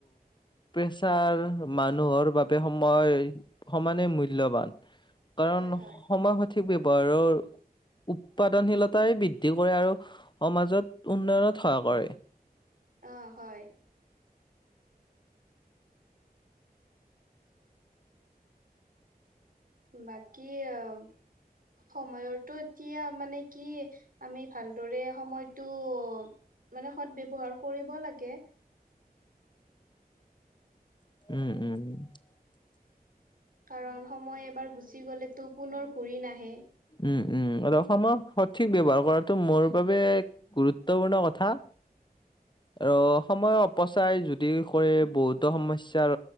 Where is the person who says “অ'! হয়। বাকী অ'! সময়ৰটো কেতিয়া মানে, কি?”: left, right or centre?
Right